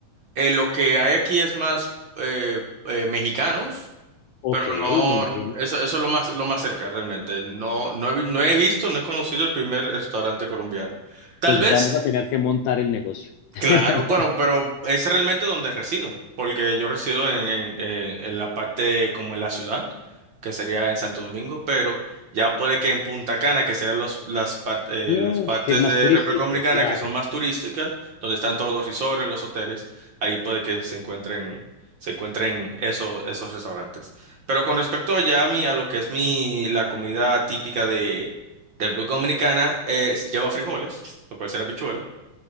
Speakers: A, on the right; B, on the left.
A: Eh, lo que hay aquí es más eh, eh, mexicanos,
B: Ok,
A: pero no,
B: me imagino.
A: eso, eso es lo más, lo más cerca realmente. No, no he, vi- no he visto, no he conocido el primer restaurante colombiano. Tal
B: Pues
A: vez.
B: vamos a tener que montar el negocio. <laughs>
A: Claro, bueno, pero es realmente donde resido, porque yo resido en, en, en- en la parte como en la ciudad, que sería en Santo Domingo, pero ya puede que en Punta Cana, que serán los, las, par- eh,
B: Eh,
A: las partes
B: que es más
A: de
B: turístico,
A: República Dominicana
B: claro.
A: que son más turísticas, donde están todos los resorts, los hoteles, ahí puede que se encuentren, se encuentren eso- esos restaurantes. Pero con respecto ya a mí, a lo que es mi, la comida típica de, de República Dominicana, es, lleva frijoles, lo cual será habichuela